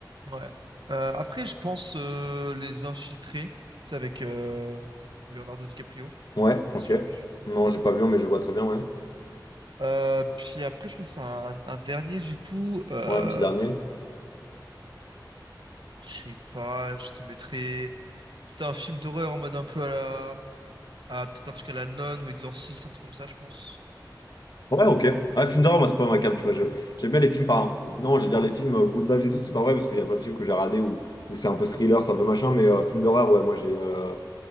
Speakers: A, on the right (about 80°); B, on the left (about 60°).
A: Ouais. Euh, après, je pense euh, Les Infiltrés. C'est avec euh, Leonardo DiCaprio. Je
B: Ouais,
A: sais pas
B: ok.
A: si tu l'as vu.
B: Non, j'ai pas vu, mais je vois très bien, ouais.
A: Euh, puis après, je crois que c'est un, un dernier, du coup. Euh,
B: Ouais, un petit dernier.
A: je sais pas, je te mettrais. C'est un film d'horreur en mode un peu à la. à peut-être un truc à la nonne ou exorciste, un truc comme ça, je pense.
B: Ouais, ok. Ouais, film d'horreur, moi, c'est pas ma cam, tu vois. je- J'aime bien les films, enfin, non, j'allais dire les films euh, Good Vibes et tout, c'est pas vrai, parce qu'il y a plein de films que j'ai regardés où, où c'est un peu thriller, c'est un peu machin, mais euh, film d'horreur, ouais, moi, j'ai. euh,